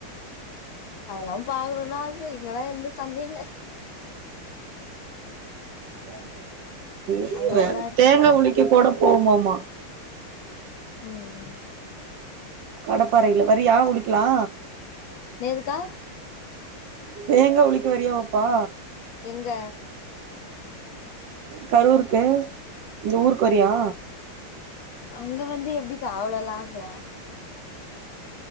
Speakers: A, on the left; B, on the right.
A: அதல்லா பாக்கணுன்னு ஆச இங்கல்லா எந்த சந்தையு இல்ல
B: <unintelligible>
A: அங்கெல்லாந்தா இருக்கு
B: தேங்கா
A: போல
B: உலிக்க போட போம்மாமா
A: ம் ம்
B: கடப்பாறையில வரியா உளிக்கலா
A: என்னேதுக்கா
B: தேங்கா உளிக்க வரியா பாப்பா
A: எங்க
B: கரூருக்கு இங்க ஊருக்கு வரியா
A: அங்க வந்து எப்டிக்கா அவ்ளோ லாங்குல